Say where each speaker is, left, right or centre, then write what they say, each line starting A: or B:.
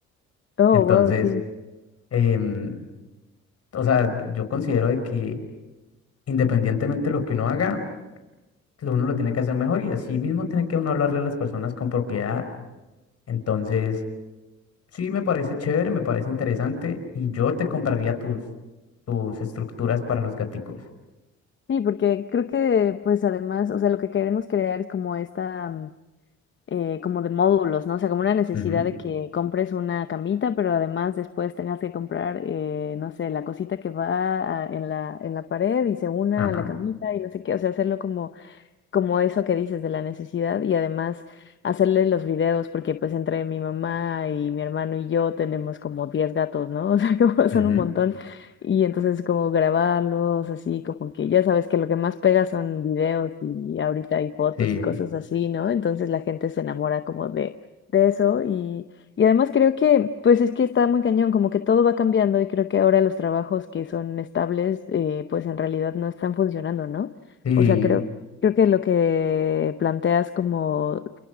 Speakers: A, on the left; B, on the left.
A: Oh,
B: Entonces,
A: wow, sí.
B: em, o sea, yo considero de que... independientemente de lo que uno haga, lo- uno lo tiene que hacer mejor y así mismo tiene que uno hablarle a las personas con propiedad. Entonces, sí, me parece chévere, me parece interesante y yo te compraría tus, tus estructuras para los gaticos.
A: Sí, porque creo que pues además, o sea, lo que queremos crear es como esta mm, eh, como de módulos, ¿no? O sea, como una necesidad
B: Ujú,
A: de que compres una camita, pero además después tengas que comprar, eh, no sé, la cosita que va a- en la, en la pared y se una
B: Ajá,
A: a la camita y no sé qué, o sea, hacerlo como como eso que dices de la necesidad y además hacerle los videos porque pues entre mi mamá y mi hermano y yo tenemos como 10 gatos, ¿no? <laughs> O sea, como son
B: ujú,
A: un montón y entonces como grabarlos así, como que ya sabes que lo que más pega son videos y ahorita hay fotos
B: Sí,
A: y cosas así, ¿no? Entonces la gente se enamora como de, de eso y, y además creo que pues es que está muy cañón, como que todo va cambiando y creo que ahora los trabajos que son estables eh, pues en realidad no están funcionando, ¿no?
B: sí,
A: O sea, creo Creo que lo que planteas como